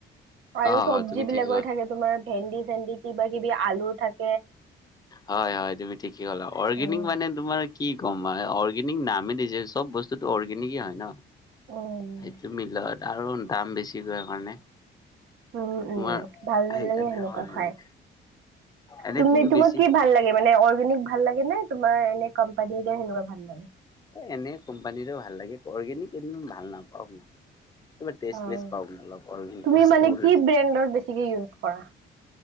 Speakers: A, on the right (about 80°); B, on the left (about 20°).
A: আৰু
B: অ
A: চবজি
B: অ তুমি
A: বিলাকৰ
B: ঠিকেই ক'লা
A: থাকে তোমাৰ ভেন্দি চেন্দি কিবা কিবি আলু থাকে
B: হয়-হয়, তুমি ঠিকেই কলা অৰ্গেনিক
A: উম।
B: মানে তোমাৰ কি কম মানে অৰ্গেনিক নামেই দিছে চব বস্তুটো অৰ্গেনিকেই হয় ন'।
A: উম
B: এইটো মিলত আৰু দাম বেছি হয় কাৰণে।
A: উম,
B: তোমাৰ
A: উম, ভাল নালাগে
B: সেইকাৰণে
A: সেনেকুৱা
B: অৰ্গেনিক
A: খাই।
B: এনে
A: তুমি তোমাক
B: বেছি
A: কি ভাল লাগে মানে অল অ'ৰ্গেনিক ভাল লাগে নে তোমাৰ এনে কোম্পানীৰ হেনেকুৱা ভাল লাগে?
B: এ এনে কোম্পানীৰো ভাল লাগে অ'ৰ্গেনিক এনে ভাল নাপাওঁক মই। কিবা টেষ্টলেছ
A: অ',
B: পাওঁ মই অলপ অৰ্গেনিক
A: তুমি
B: বস্তুবোৰ
A: মানে কি ব্ৰেণ্ডৰ বেছিকে ইউজ কৰা?